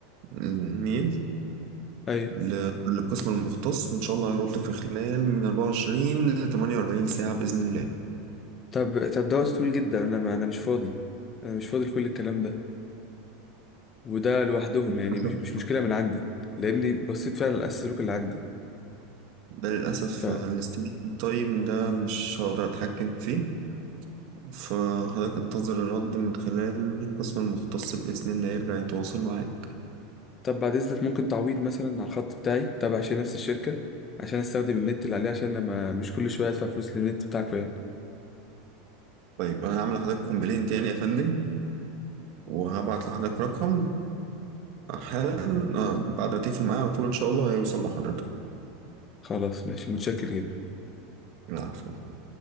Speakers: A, on the right; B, on the left.
A: الميل
B: ايوه
A: ل- للقسم المختص وان شاء الله هيردوا في خلال من 24 ل 48 ساعه باذن الله
B: طب طب ده وقت طويل جدا انا ما انا مش فاضي انا مش فاضي لكل الكلام ده وده لوحدهم
A: للأسف
B: يعني مش مش مشكله من عندي لاني بصيت فعلا على السلوك اللي عندي
A: ده للأسف
B: ف
A: الاستيميت تايم ده مش هقدر أتحكم فيه فحضرتك انتظر الرد من خلال القسم المختص بإذن الله يرجع يتواصل معاك
B: طب بعد اذنك ممكن تعويض مثلا على الخط بتاعي تابع عشان نفس الشركه عشان استخدم النت اللي عليه عشان انا ما مش كل شويه ادفع فلوس للنت بتاعكم يعني
A: طيب أنا هعمل لحضرتك كومبلين تاني يا فندم وهبعت لحضرتك رقم حالا آه، بعد ما تقفل معايا على طول إن شاء الله هيوصل لحضرتك
B: خلاص ماشي متشكر جدا
A: العفو